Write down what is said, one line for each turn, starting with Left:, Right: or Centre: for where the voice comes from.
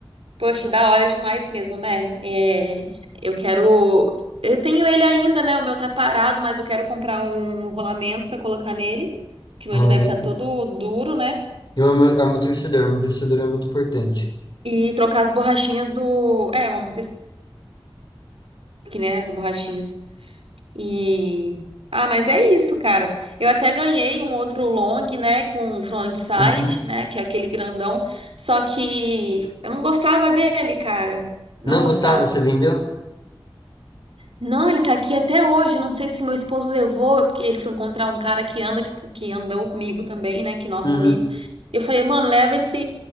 Right: Poxa, da hora demais mesmo, né? É, eu quero. Eu tenho ele ainda, né? O meu tá parado, mas eu quero comprar um um rolamento pra colocar nele, que o
Left: O
Right: meu
Left: rolamento.
Right: já deve estar todo duro, né?
Left: E o amo- amortecedor, amortecedor é muito importante.
Right: E trocar as borrachinhas do. É, o amortecedor aqui, né? As borrachinhas. E ah, mas é isso, cara. Eu até ganhei um outro long, né, com frontside,
Left: Uhum.
Right: né, que é aquele grandão, só que eu não gostava dele, cara. Não
Left: Não
Right: gostava.
Left: gostava? Você vendeu?
Right: Não, ele tá aqui até hoje. Não sei se meu esposo levou, porque ele foi encontrar um cara que anda que, que andou comigo também, né, que é nosso
Left: Uhum.
Right: amigo. Eu falei, mano, leva esse